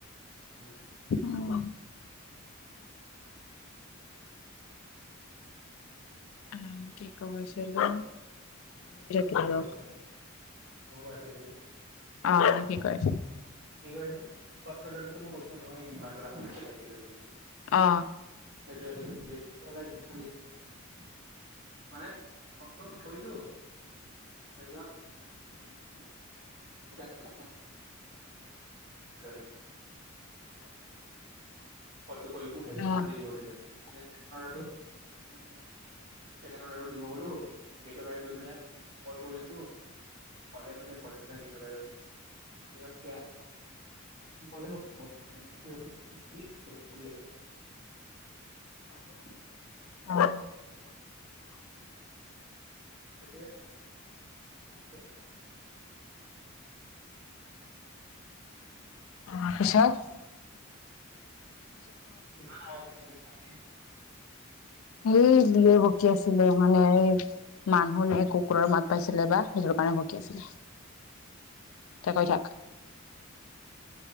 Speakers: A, on the right; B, on the left.
A: <unintelligible>
B: উম, আহ, কি কব খ আছিলো চিলো।
A: মা কৈ আছ
B: <unintelligible>
A: মই কৈ আছিলো নেকি
B: অ কি কৈ আছ
A: কি কৈ আছিলোঁ। <unintelligible> ত মই কৈচিলো নহয় এই ভী মাৰ্টত ৰাখ পাইছিলো বুলি।
B: অ
A: <unintelligible> <unintelligible> ফলটো কৰি উঠাইছে
B: অ
A: ইমান দেৰি উঠাইছে। অদাৰটো মানে ছেকেণ্ড আকৌ দিব গলো গেটৰ বাহিৰত গৈপিনে কল কৰি আছো কলে নুঠায় কলে নুঠাই গেটৰ বাহিৰত আছো সিহঁতে <unintelligible> <unintelligible>
B: অ।
A: স <unintelligible> <unintelligible>
B: অ। কছা <inaudible>
A: কিমান ন ত খালে <inaudible>
B: এই বি <unintelligible> ভকি আছিলে মানে এই মানুহ নে কুকুৰৰ মাত পাইছিলে বা। সকী আছিলে এ কৈ থাক।